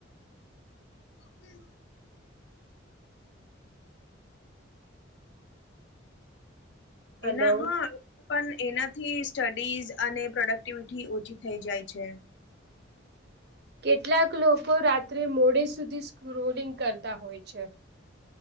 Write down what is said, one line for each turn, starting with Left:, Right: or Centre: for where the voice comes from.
Left: હમ્મ.
Right: હલો
Left: એના હા પણ એના <unintelligible> ઝ અને પ્રોડક્ટિવિટી ી ઓછી થઈ જાય છે.
Right: કેટલાક લોકો રાત્રે મોડે સુધી સ્ક્રોલિંગ કરતા હોય છે.